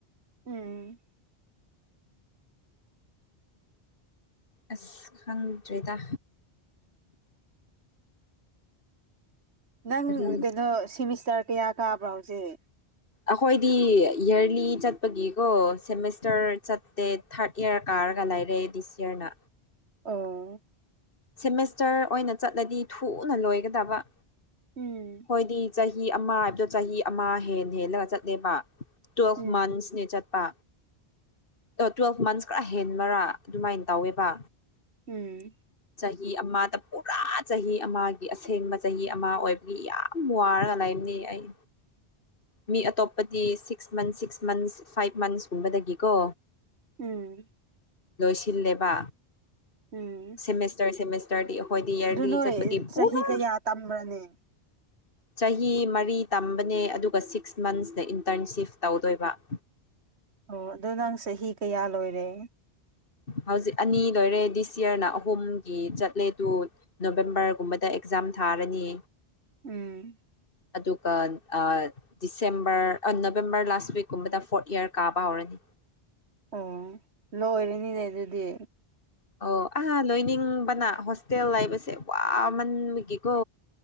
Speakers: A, on the right (about 80°); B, on the left (about 55°).
A: ꯎꯝ
B: ꯑꯁ ꯈꯪꯗ꯭ꯔꯤꯗ
A: ꯅꯪ
B: ꯀꯔꯤ
A: ꯀꯩꯅꯣ ꯁꯤꯃꯤꯁꯇꯔ ꯀꯌꯥ ꯀꯥꯕ꯭ꯔꯣ ꯍꯧꯖꯤꯛ
B: ꯑꯩꯈꯣꯏꯗꯤ ꯏꯔꯂꯤ ꯆꯠꯄꯒꯤꯀꯣ ꯁꯦꯃꯤꯁꯇꯔ ꯆꯠꯇꯦ ꯊꯥꯔꯠ ꯏꯌꯥꯔ ꯀꯥꯔ ꯅꯥꯒꯥ ꯂꯥꯏꯔꯦ ꯑꯩ ꯗꯤ ꯁꯤꯌꯌꯔꯅꯥ
A: ꯑꯣ
B: ꯁꯦꯃꯦꯁꯇꯔ ꯑꯣꯏꯅ ꯆꯠꯂꯗꯤ ꯊꯨꯅ ꯂꯣꯏꯒꯗꯕ
A: ꯎꯝ
B: ꯍꯣꯏꯗꯤ ꯆꯍꯤ ꯑꯃ ꯍꯥꯏꯕꯗꯣ ꯆꯍꯤ ꯑꯃ ꯍꯦꯟ ꯍꯦꯜꯂꯒ ꯆꯠꯂꯦꯕ ꯇꯨꯌꯦꯜꯐ
A: ꯎꯝ
B: ꯃꯟꯁꯅꯦ ꯆꯠꯄ ꯑꯣ ꯇ꯭ꯋꯦꯜꯐ ꯃꯟꯁ ꯈꯔ ꯍꯦꯟꯕꯔꯥ ꯑꯗꯨꯃꯥꯏꯅ ꯇꯧꯋꯦꯕ
A: ꯎꯝ
B: ꯆꯍꯤ ꯑꯃꯗ ꯄꯨꯔꯥ ꯆꯍꯤ ꯑꯃꯒꯤ ꯑꯁꯦꯡꯕ ꯆꯍꯤ ꯑꯃ ꯑꯣꯏꯕꯒꯤ ꯌꯥꯝ ꯋꯥꯔꯒ ꯂꯩꯕꯅꯤ ꯑꯩ ꯃꯤ ꯑꯇꯣꯞꯄꯗꯤ six months six months five ꯃꯟꯁꯀꯨꯝꯕꯗꯒꯤꯀꯣ
A: ꯎꯝ
B: ꯂꯣꯏꯁꯤꯜꯂꯦꯕ
A: ꯎꯝ
B: ꯁꯦꯃꯦꯁꯇꯔ ꯁꯦꯃꯦꯁꯇꯔꯗꯤ ꯍꯣꯏꯗꯤ ꯏꯔꯒꯤ
A: ꯑꯗꯨ ꯅꯣꯏ
B: ꯆꯠꯄꯗꯤ
A: ꯆꯍꯤ
B: ꯄꯨꯔꯥ
A: ꯀꯌꯥ ꯇꯝꯕ꯭ꯔꯅꯦ
B: ꯆꯍꯤ ꯃꯔꯤ ꯇꯝꯕꯅꯦ ꯑꯗꯨꯒ ꯁꯤꯛꯁ ꯃꯟꯁꯅ ꯏꯟꯇꯔꯟꯁꯤꯞ ꯇꯧꯗꯣꯏꯕ <inaudible>
A: ꯑꯣ ꯑꯗꯣ ꯅꯪ ꯆꯍꯤ ꯀꯌꯥ ꯂꯣꯏꯔꯦ
B: ꯍꯧꯖꯤꯛ ꯑꯅꯤ ꯂꯣꯏꯔꯦ ꯗꯤꯁ ꯌꯔꯅ ꯑꯍꯨꯝꯒꯤ ꯆꯠꯂꯦ ꯇꯨ ꯅꯣꯕꯦꯝꯕꯔꯒꯨꯝꯕꯗ ꯑꯦꯛꯖꯥꯝ ꯆꯥꯝ ꯊꯥꯔꯅꯤ
A: ꯎꯝ
B: ꯑꯗꯨꯒ ꯑ ꯗꯤꯁꯦꯝꯕꯔ ꯑ ꯅꯕꯦꯝꯕꯔ ꯂꯥꯁ ꯋꯤꯛꯀꯨꯝꯕꯗ ꯐꯣꯔꯠ ꯏꯌꯥꯔ ꯀꯥꯕ ꯍꯧꯔꯅꯤ <inaudible>
A: ꯑꯣ ꯂꯣꯏꯔꯅꯤꯅꯦ ꯑꯗꯨꯗꯤ
B: ꯑꯣ ꯑꯍꯥ ꯂꯣꯏꯅꯤꯡꯕꯅ ꯍꯣꯁꯇꯦꯜ ꯂꯩꯕꯁꯦ ꯋꯥꯃꯟꯕꯒꯤꯀꯣ